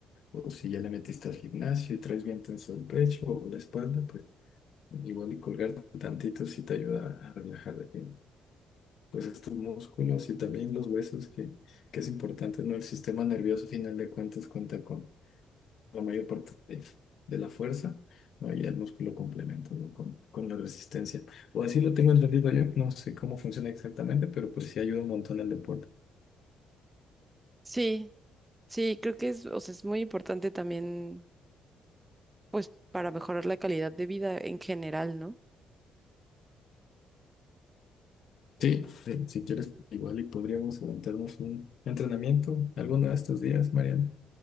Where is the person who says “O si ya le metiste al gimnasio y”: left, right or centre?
Left